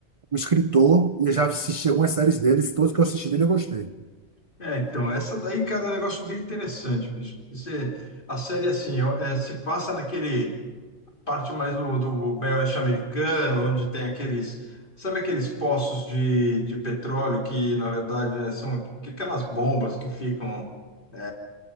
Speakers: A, on the right; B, on the left.
A: o escritor e eu já assisti algumas séries dele, e todos que eu assisti dele eu gostei.
B: É, então, essa daí, cara, é um negócio bem interessante, bicho. Porque Você, a série, assim, ó, eh, se passa naquele. parte mais do, do meio oeste americano, onde tem aqueles, sabe aqueles poços de, de petróleo que, na verdade, né, são aquelas bombas que ficam é,